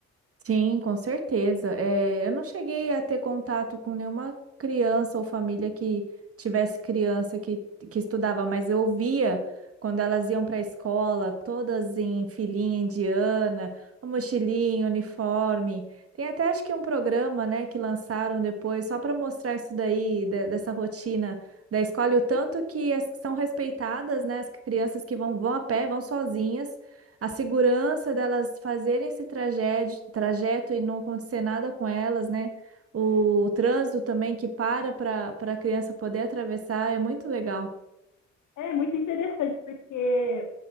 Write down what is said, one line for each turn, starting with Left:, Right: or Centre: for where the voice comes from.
Right: Sim, com certeza. É, eu não cheguei a ter contato com nenhuma criança ou família que tivesse criança que, que estudava, mas eu via quando elas iam para a escola, todas em filinha indiana, mochilinha, uniforme. Tem até acho que um programa, né, que lançaram depois só para mostrar isso daí, de- dessa rotina da escola e o tanto que as- são respeitadas, né, as crianças que vão, vão a pé, vão sozinhas. A segurança delas fazerem esse trajeto, trajeto e não acontecer nada com elas, né? O trânsito também que para para para a criança poder atravessar é muito legal.
Left: É muito interessante porque